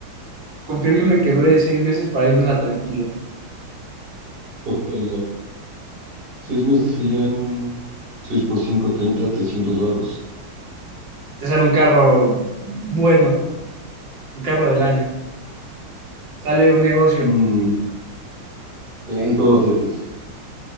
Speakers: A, on the right; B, on the right.
A: confírmeme que dure seis meses para irme tranquilo.
B: Ojalá. Seis meses serían 6 por 5, 30, 300 varos.
A: Te sale un carro bueno, un carro del año, sale un negocio,
B: Mm, el todo acetes.